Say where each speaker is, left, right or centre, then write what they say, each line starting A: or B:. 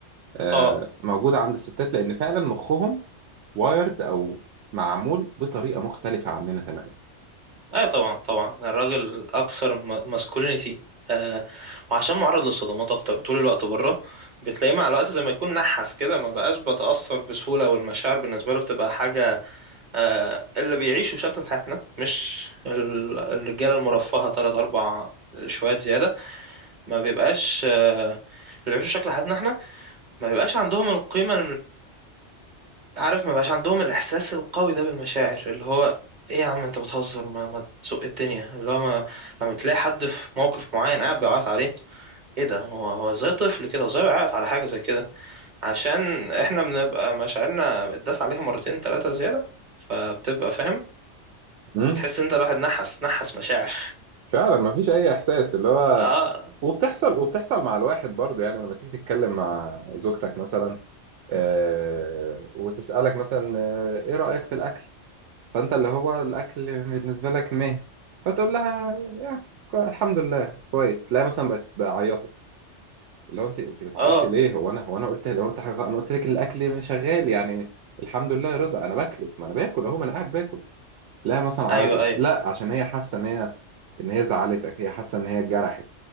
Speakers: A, on the right; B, on the right.
A: آه،
B: اه
A: موجودة عند الستات لأن فعلا مخهم وايرد أو معمول بطريقة مختلفة عننا تماما
B: ايوه طبعا طبعا الراجل اكثر ماسكولينيتي آه وعشان معرض للصدمات اكتر وطول الوقت بره بتلاقيه مع الوقت زي ما يكون نحس كده ما بقاش بتأثر بسهولة والمشاعر بالنسبة له بتبقى حاجة آه اللي بيعيشوا شكل حياتنا مش ال- الرجالة المرفهة تلات اربع شوية زيادة ما بيبقاش آه اللي بيعيشوا شكل حياتنا احنا ما بيبقاش عندهم القيمة عارف ما بقاش عندهم الاحساس القوي ده بالمشاعر اللي هو ايه يا عم انت بتهزر ما ما تسوق الدنيا اللي هو ما لما تلاقي حد في موقف معين قاعد بيعيط عليه ايه ده هو هو زي طفل كده زي بيعيط على حاجه زي كده عشان احنا بنبقى مشاعرنا بتداس عليها مرتين ثلاثه زياده فبتبقى فاهم
A: امم
B: بتحس انت الواحد نحس نحس مشاعر
A: فعلا ما فيش أي إحساس اللي هو
B: <laughs> اه
A: وبتحصل وبتحصل مع الواحد برضه يعني لما تيجي تتكلم مع زوجتك مثلا آه، وتسألك مثلا آه، إيه رأيك في الأكل فأنت اللي هو الأكل بالنسبة لك مه فتقول لها يا الحمد لله كويس لا مثلا بقت بقى عيطت اللي هو انت انت بتعيطي
B: اه
A: ليه هو انا هو انا قلت لو انت حاجه انا قلت لك الاكل شغال يعني الحمد لله يا رضا انا باكله ما انا باكل اهو ما انا قاعد باكل لا مثلا عيطت
B: ايوه ايوه
A: لا عشان هي حاسه ان هي ان هي زعلتك هي حاسه ان هي اتجرحت